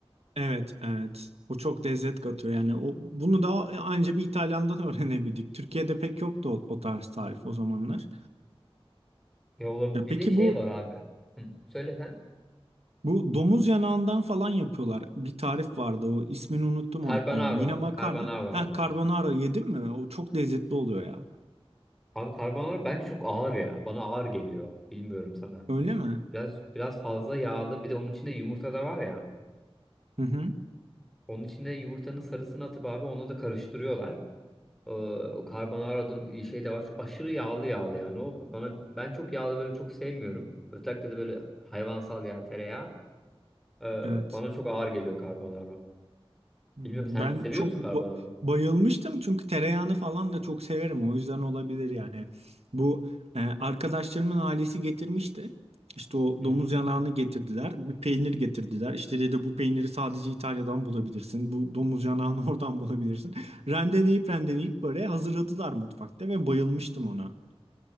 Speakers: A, on the right (about 85°); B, in the centre.
A: Evet evet. O çok lezzet katıyor yani. O, bunu da anca bir İtalyan'dan <laughs> öğrenebildik. Türkiye'de pek yoktu o, o tarz tarif o zamanlar.
B: Ya ola-
A: E,
B: bir
A: peki
B: de şey
A: bu
B: var abi. Hı, söyle sen.
A: Bu domuz yanağından falan yapıyorlar. Bir tarif vardı o ismini unuttum
B: Carbonaro.
A: o yemeğin. Yine makarna.
B: Carbonaro
A: Ha
B: abi.
A: carbonara yedim mi? O çok lezzetli oluyor ya.
B: Abi carbonaro bence çok ağır ya. Bana ağır geliyor. Bilmiyorum sana.
A: Öyle mi?
B: Biraz biraz fazla yağlı. Bir de onun içinde yumurta da var ya.
A: Hı hı.
B: Onun içinde yumurtanın sarısını atıp abi onu da karıştırıyorlar. Ee, O carbonara'da şey de var. Şu aşırı yağlı yağlı yani. O bana ben çok yağlı böyle çok sevmiyorum. Özellikle de böyle hayvansal yağ, tereyağı. Ee,
A: Evet.
B: bana çok ağır geliyor carbonara.
A: Hmm,
B: Bilmiyorum sen
A: Ben
B: seviyor
A: çok
B: musun
A: ba-
B: carbonara?
A: bayılmıştım çünkü tereyağını falan da çok severim. O yüzden olabilir yani. Bu e, arkadaşlarımın ailesi getirmişti. İşte o
B: Hı
A: domuz
B: hı.
A: yanağını getirdiler. Bir peynir getirdiler. İşte dedi bu peyniri sadece İtalya'dan bulabilirsin. Bu domuz yanağını <laughs> oradan bulabilirsin. Rendeleyip rendeleyip böyle hazırladılar mutfakta ve bayılmıştım ona.